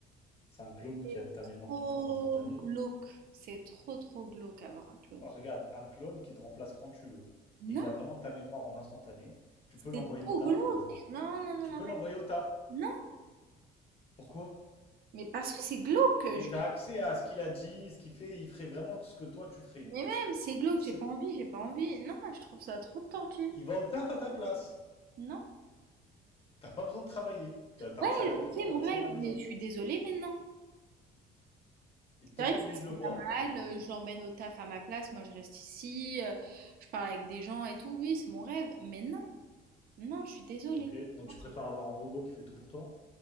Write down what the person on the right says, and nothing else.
C'est
trop
glauque. C'est trop, trop glauque avoir un clone.
Non,
c'est
trop
glauque.
Non, non, non,
non,
mais...
Non,
mais parce que c'est glauque.
je-
Mais même, c'est glauque,
j'ai pas envie, j'ai pas envie. Non, je trouve ça trop tordu.
Non.
Ouais,
ok,
mon
rêve,
mais je suis désolée, mais non.
C'est vrai
que
ça
serait
pas
mal, euh, je l'emmène au taf à ma place, moi je reste ici, euh, je parle avec des gens et tout, oui, c'est mon rêve, mais non. Non, je suis désolée.
Non,
c'est-